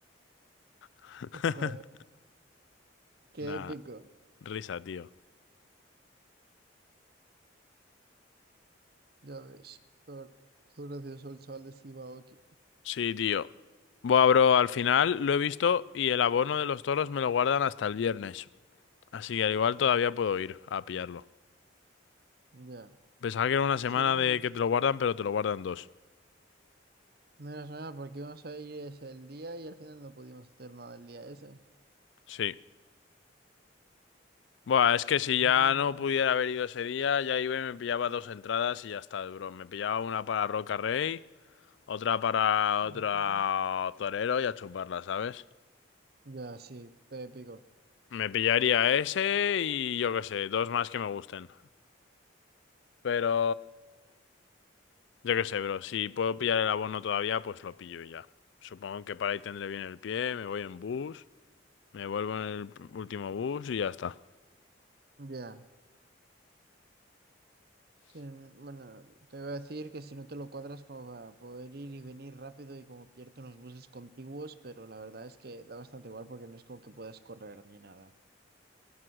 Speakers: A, on the left (about 70°); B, on the right (about 50°).
A: <laughs>
B: Joder, qué
A: Nah,
B: épico.
A: risa, tío.
B: Ya ves. Por, por gracioso el chaval de Steve Aoki.
A: Sí, tío. Buah, bro, al final lo he visto y el abono de los toros me lo guardan hasta el viernes. Así que al igual todavía puedo ir a pillarlo.
B: Ya.
A: Pensaba que era una
B: Sí,
A: semana
B: vamos.
A: de que te lo guardan, pero te lo guardan dos.
B: Mira, suena porque íbamos a ir ese el día y al final no pudimos hacer nada el día ese.
A: Sí. Buah, es que si
B: Ah,
A: ya no pudiera haber ido ese día, ya iba y me pillaba dos entradas y ya está, bro. Me pillaba una para Roca Rey, otra para
B: ujú.
A: otro torero y a chuparla, ¿sabes?
B: Ya, sí, fue épico.
A: Me pillaría ese y yo qué sé, dos más que me gusten. Pero Yo qué sé, bro. Si puedo pillar el abono todavía, pues lo pillo y ya. Supongo que para ahí tendré bien el pie, me voy en bus, me vuelvo en el último bus y ya está.
B: Ya. Sí, n- bueno, te voy a decir que si no te lo cuadras como para poder ir y venir rápido y como pierde unos buses contiguos, pero la verdad es que da bastante igual porque no es como que puedas correr ni nada.